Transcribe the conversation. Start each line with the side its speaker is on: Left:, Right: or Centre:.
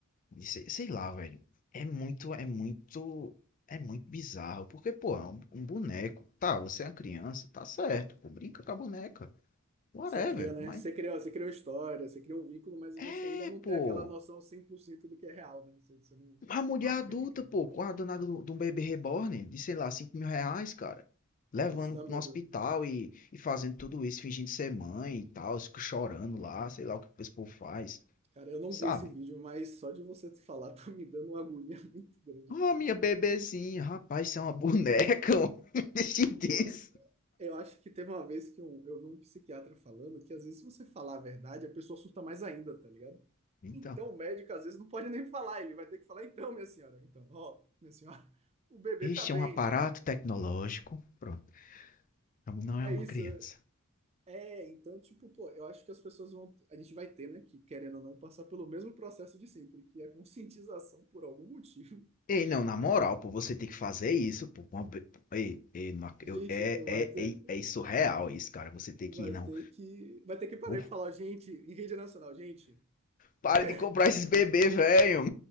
Left: E Sei, sei lá, velho. É muito, é muito, é muito bizarro. Porque, pô, é um, um boneco. Tá, você é uma criança, tá certo. Pô, brinca com a boneca. Whatever.
Right: Você cria, né?
Left: Mas,
Right: Você cria, você cria uma história, você cria um vínculo, mas você
Left: é,
Right: ainda não
Left: pô.
Right: tem aquela noção 100% do que é real, né? Você, você não,
Left: A mulher
Right: não aplica.
Left: adulta, pô, com a danada do- de um bebê reborn, de sei lá, cinco mil reais, cara. Levando
Right: Cara, isso dá medo.
Left: no hospital e, e fazendo tudo isso, fingindo ser mãe e tal, fica chorando lá, sei lá o que o povo faz,
Right: Cara, eu não
Left: sabe?
Right: vi esse vídeo, mas só de você <laughs> falar tá me dando uma agonia <laughs> muito grande,
Left: Ah,
Right: cara.
Left: minha bebezinha, rapaz, isso é uma boneca, <laughs> mano. Deixa disso.
Right: Não, eu acho que teve uma vez que um, eu vi um psiquiatra falando que às vezes se você falar a verdade, a pessoa surta mais ainda, tá ligado?
Left: Então.
Right: Então o médico às vezes não pode nem falar, ele vai ter que falar, então, minha senhora, então, ó, minha senhora, <laughs> o bebê
Left: Este
Right: tá bem.
Left: é um aparato tecnológico. Pronto. Não é
Right: É
Left: uma
Right: isso.
Left: criança.
Right: É, então, tipo, pô, eu acho que as pessoas vão. A gente vai ter, né, que querendo ou não, passar pelo mesmo processo de sempre, que é a conscientização por algum motivo.
Left: Ei, não, na moral,
Right: <laughs>
Left: pô, você tem que fazer isso, pô. uma ei, ei, não
Right: Gente,
Left: eu- é, é,
Right: vai ter,
Left: é, é isso real, é isso, cara. Você tem que
Right: vai
Left: ir, não.
Right: ter que. Vai ter que parar
Left: Uf,
Right: e falar, gente, em rede nacional, gente,
Left: para
Right: be-
Left: de comprar esses bebês, velho.